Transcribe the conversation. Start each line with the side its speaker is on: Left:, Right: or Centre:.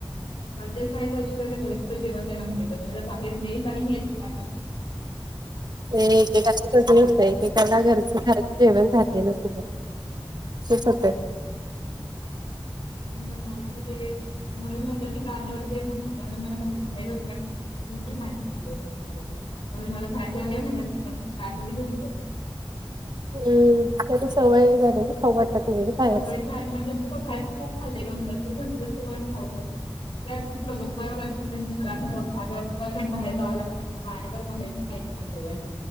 Left: मा्या साई गरचं जेवण त्याना माहि बाहेर मेच आणि हे अस.
Right: ते तेसं नतय. एकाला घरचं खर जेवण रलेलंस से सतर
Left: तर मला क ते म्हणून चाल ते म्हण मला मा बाहेर ओळखु बार झालंला. म्हणून मला बाहेर जाऊया म्हण नको का झा क करत.
Right: हम्म त्यारी सवय झाली ना खाऊ वाटत नाही ना बाहेरच.
Left: सवय झाली म्हणजे बाहेर खूप खाल्लंय म्हणेण खाऊा त्यात बघ. बरबची सु आ पण बाहेर जावं लागते ना आणि पण बाहेरच खायचव.